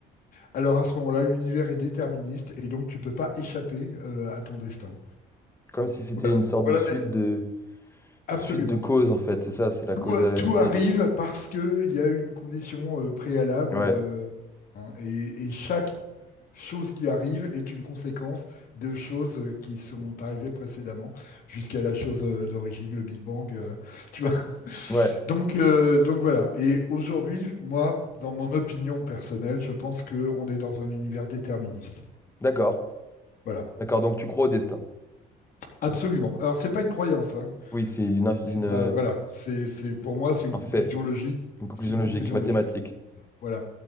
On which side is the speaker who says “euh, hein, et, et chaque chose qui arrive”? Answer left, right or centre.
Left